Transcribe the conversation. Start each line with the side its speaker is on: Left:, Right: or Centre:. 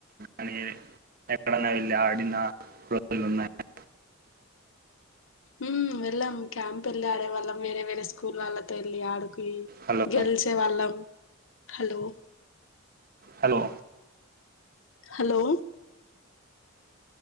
Right: అనీ ఎక్కడ వెళ్లి అడిన లు ఉన్నాయా?
Left: ఉ వెళ్ళాం క్యాంప్ వెళ్ళి ఆడేవాళ్ళం వేరే వేరే స్కూల్ వాళ్ళతో వెళ్ళి ఆడుకో
Right: హలో
Left: గెలిచే వాళ్ళం హలో
Right: హలో
Left: హలో